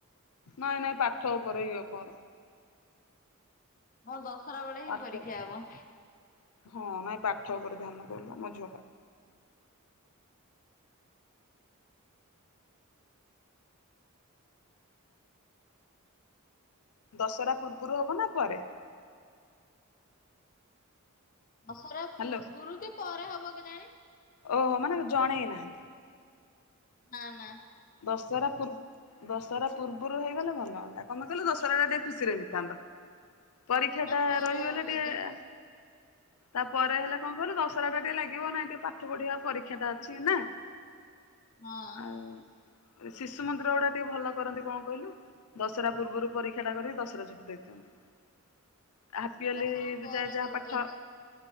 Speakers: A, on the left (about 85°); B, on the left (about 40°).
A: ନାଇଁ ନାଇଁ ପାଠ ଉପରେ ଇଏ କର।
B: ହଁ ଦଶହରା ବେଳେ
A: ପାଠ
B: ହିଁ ପରୀକ୍ଷା ହବ।
A: ହଁ ନାଇଁ ପାଠ ଉପରେ ଧ୍ୟାନ ଦେଲୋ ମୋ ଝିଅଟା। ଦଶରା ପୂର୍ବରୁ ହବ ନା ପରେ?
B: ଦଶରା ପୂର୍ବରୁ
A: ହ୍ୟାଲୋ
B: କି ପରେ ହବ କେଜାଣି?
A: ଓହୋ ମାନେ ଜଣେଇ ନାହାନ୍ତି?
B: <unintelligible>
A: ଦଶହରା ପୂର୍ ଦଶହରା ପୂର୍ବରୁ ହେଇଗଲେ ଭଲ ହଅନ୍ତା କମ କିଲୁ ଦଶହରା ଟା ଟିକେ ଖୁସିରେ ବିତାନ୍ତା। ପରୀକ୍ଷା
B: ନା
A: ଟା
B: ପରେ
A: ରହିଗଲେ
B: ହବ ବୋଧେ
A: ଟିକେ ତାପରେ ହେଲେ କଣ କହିଲୁ ଦଶରା ଟା ଟିକେ ଲାଗିବ ନାଇଁ ଟିକେ ପାଠ ପଢିବା ପରୀକ୍ଷା ଟା ଅଛି ନା।
B: ହଁ।
A: ଆଉ ଶିଶୁ ମନ୍ଦିର ଗୁଡା ଟିକେ ଭଲ କରନ୍ତି କଣ କହିଲୁ ଦଶରା ପୂର୍ବରୁ ପରୀକ୍ଷା ଟା କରି ଦଶରା ଛୁଟି ଦେଇଦିଅନ୍ତି। ହାପିଅଲି
B: ଦଶହରା ପରେ
A: ଯାଏ ଯାହା
B: କରୁଛନ୍ତି।
A: ପାଠ